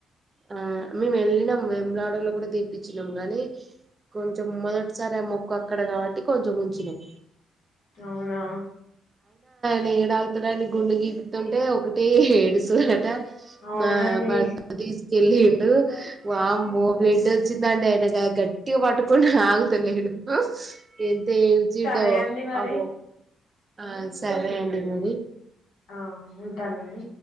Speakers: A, on the right; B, on the left.
A: ఆ మేము వెళ్ళినాం వెములాడలో కూడా తీిప్పచ్చినాము గాని కొంచెం మొదటిసారి ఆ మొక్కు అక్కడ కాబట్టి కొంచెం ఉంచినం
B: అవునా
A: న ఏడ ఆగుతుడానికి గుండగి టే ఒకటి ఏడుసుదట
B: అవునండి
A: మా భర్త తి తె లేడు వామ్మో బ్లెడ్ వచ్చిందాండి ఆయన గట్టిగా పట్టుకుని ఆగు తెలేడు ఎంత ఏడ్చిండు
B: సరే అండి మరి
A: పాపం ఆ సరే అండి మరి
B: ఆ ఉంటానండి